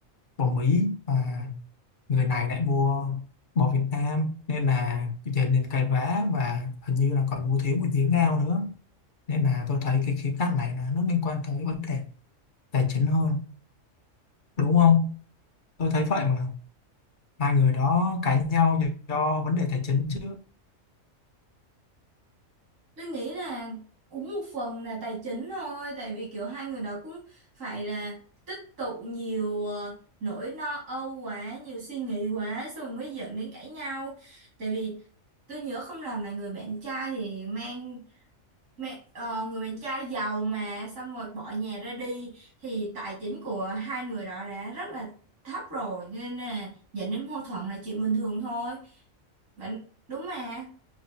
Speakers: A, on the left (about 40°); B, on the right (about 80°).
A: bò Mỹ và người này lại mua bò Việt Nam nên là dẫn đến cãi vã và hình như là còn mua thiếu một dĩa ngao nữa nên là tôi thấy cái khía cạnh này là nó liên quan tới vấn đề tài chính hơn đúng không tôi thấy vậy mà hai người đó cãi nhau do, do vấn đề tài chính chứ
B: Tôi nghĩ là cũng một phần là tài chính thôi, tại vì kiểu hai người đó cũng phải là tích tụ nhiều ờ, nỗi lo âu quá, nhiều suy nghĩ quá, xong rồi mới dẫn đến cãi nhau. Tại vì tôi nhớ không lầm là người bạn trai thì mang, mang ờ, người bạn trai giàu mà, xong rồi bỏ nhà ra đi, thì tài chính của hai người đó đã rất là thấp rồi, cho nên là dẫn đến mâu thuẫn là chuyện bình thường thôi. Bạn đúng mà,